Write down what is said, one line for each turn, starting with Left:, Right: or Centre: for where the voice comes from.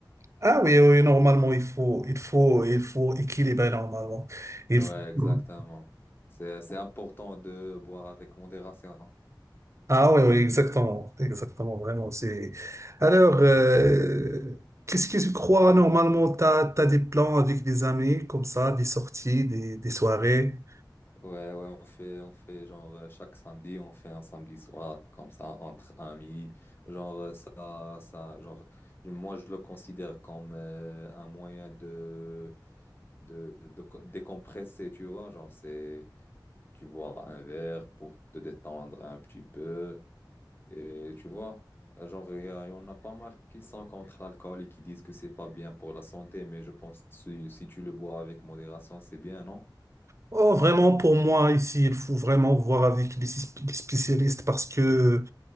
Right: Ah oui, oui, normalement, il faut, il faut, il faut équilibrer normalement. Il
Left: Ouais,
Right: faut.
Left: exactement. C'est, c'est important de boire avec modération.
Right: Ah oui, oui, exactement, exactement, vraiment. C'est... Alors, euh, qu'est-ce que tu crois normalement? T'as, t'as des plans avec des amis comme ça, des sorties, des, des soirées?
Left: Ouais, ouais, on fait, on fait genre euh, chaque samedi, on fait un samedi soir comme ça entre amis. Genre euh, ça, ça, genre moi je le considère comme euh, un moyen de, de, de co- décompresser, tu vois. Genre c'est tu bois un verre pour te détendre un petit peu. Et tu vois, genre, il y, a- il y en a pas mal qui sont contre l'alcool et qui disent que c'est pas bien pour la santé, mais je pense que si, si tu le bois avec modération, c'est bien, non?
Right: Oh, vraiment, pour moi, ici, il faut vraiment voir avec les, spécialistes parce que